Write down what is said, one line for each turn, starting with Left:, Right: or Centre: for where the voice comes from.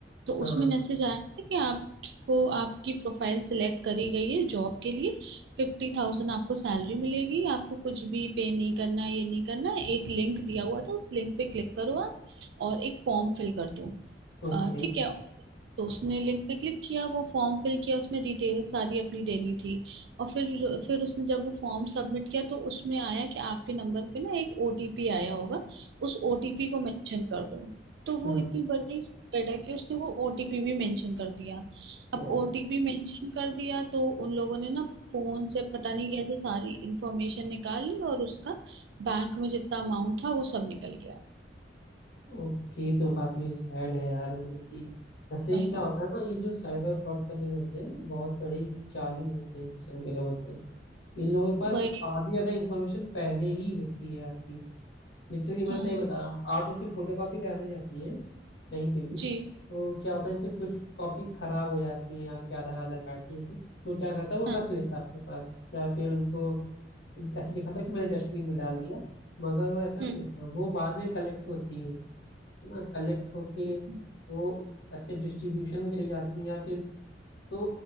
Right: तो
Left: हाँ
Right: उसमें
Left: हाँ,
Right: मैसेज आया था कि आपको आपकी प्रोफाइल सिलेक्ट करी गई है जॉब के लिए फिफ्टी थाउजेंड आपको सैलरी मिलेगी आपको कुछ भी पे नहीं करना है ये नहीं करना है एक लिंक दिया हुआ था उस लिंक पे क्लिक करो आप और एक फॉर्म फिल कर दूँ
Left: ओके
Right: अ, ठीक है तो उसने लिंक पे क्लिक किया वो फॉर्म फिल किया उसमें डिटेल सारी अपनी देनी थी और फिर फिर उसने जब वो फॉर्म सबमिट किया तो उसमें आया कि आपके नंबर पे ना एक ओटीपी आया होगा उस ओटीपी को मेंशन कर दो तो वो
Left: हम्म
Right: इतनी बड़ी स्प्रेड है कि उसने वो ओटीपी भी मेंशन कर दिया
Left: ओ,
Right: अब ओटीपी मेंशन कर दिया तो उन लोगों ने ना फोन से पता नहीं कैसे सारी इंफॉर्मेशन निकाल ली और उसका बैंक में जितना अमाउंट था वो सब निकल गया
Left: ओके तो काफी सैड है यार मतलब कि ऐसे
Right: वही
Left: क्या होता है ना ये जो साइबर फ्रॉड करने जो होते हैं बहुत बड़ी चालू होते हैं किस्म के लोग होते हैं इन लोगों के पास
Right: वही
Left: आधी ज्यादा इन्फॉर्मेशन पहले ही होती है आपकी नित्य जी मैं
Right: हाँ
Left: सही बता रहा हूँ आप जैसे फोटो कॉपी कराने जाती हैं कहीं पे भी
Right: जी
Left: तो क्या होता है जैसे कुछ कॉपी खराब हो जाती है आपके आधार आधार कार्ड की जैसे तो क्या करता है वो
Right: हाँ
Left: रख लेता है अपने पास या फिर उनको ऐसे दिखाता है कि मैंने डस्टबिन में डाल दिया मगर वो ऐसा नहीं
Right: हम्म
Left: होता वो बाद में कलेक्ट होती है है ना कलेक्ट होके
Right: हम्म
Left: वो ऐसे डिस्ट्रीब्यूशन में चली जाती है या फिर तो